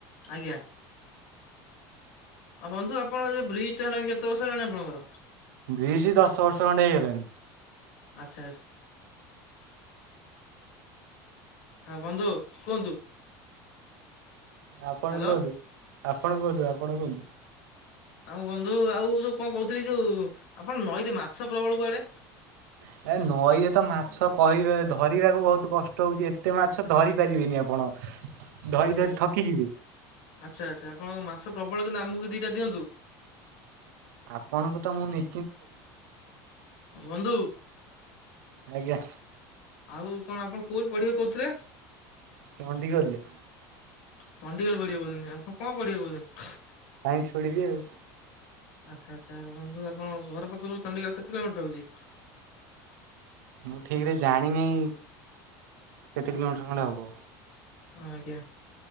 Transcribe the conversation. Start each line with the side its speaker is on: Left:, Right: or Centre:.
Left: ଆଜ୍ଞା। ଆଉ ବନ୍ଧୁ ଆପଣର ବ୍ରିଜ ଟା ହେଲାଣି କେତେ ବର୍ଷ ହେଲାଣି ଆପଣଙ୍କର?
Right: ବ୍ରିଜ ଦଶ ବର୍ଷ ଖଣ୍ଡେ ହେଇଗଲାଣି।
Left: ଆଚ୍ଛା ଆଛା। ହଁ ବନ୍ଧୁ କୁହନ୍ତୁ।
Right: ଆପଣ
Left: ହ୍ୟାଲୋ।
Right: କୁହନ୍ତୁ, ଆପଣ କୁହନ୍ତୁ, ଆପଣ କୁହନ୍ତୁ।
Left: ଆଉ ବନ୍ଧୁ ଆଉ ଯୋଉ କଣ କହୁଥିଲି ଯୋଉ ଆପଣ ନଈରେ ମାଛ ପ୍ରବଳ କୁଆଡେ?
Right: <inaudible> ଏ ନଈ ଇଏ ତ ମାଛ କହିବେ ଧରିବାକୁ ବହୁତ କଷ୍ଟ ହଉଛି ଏତେ ମାଛ ଧରି ପାରିବେନି ଆପଣ। ଧରି
Left: ଆଚ୍ଛା
Right: ଧରି
Left: ଆଚ୍ଛା
Right: ଥକିଯିବେ
Left: ଆଚ୍ଛା ଆଚ୍ଛା ଆପଣଙ୍କ ମାଛ ପ୍ରବଳ କିନ୍ତୁ ଆମକୁ ଦିଟା ଦିଅନ୍ତୁ।
Right: ଆପଣଙ୍କୁ ତ ମୁଁ ନି
Left: ବନ୍ଧୁ
Right: ଆଜ୍ଞା
Left: ଆଉ କଣ ଆପଣ କୋଉଠି ପଢିବେ କଉଥିଲେ?
Right: ଚଣ୍ଡିଖୋଲ ରେ।
Left: ଚଣ୍ଡିଖୋଲ ପଢିବେ କହୁଚନ୍ତିି, ଆପଣ କଣ ପଢିବେ କହୁଚନ୍ତିି?
Right: ସାଇନ୍ସ ପଢ଼ିବି ଆଉ।
Left: ଆଚ୍ଛା ଆଚ୍ଛା ବନ୍ଧୁ ଆପଣ ଘର ପାଖରୁ ଚଣ୍ଡି <unintelligible> କେତେ <unintelligible>
Right: ମୁଁ ଠିକ ରେ ଜାଣିନେଇ, କେତେ କିଲୋମିଟର ଖଣ୍ଡେ ହବ।
Left: ଆଜ୍ଞା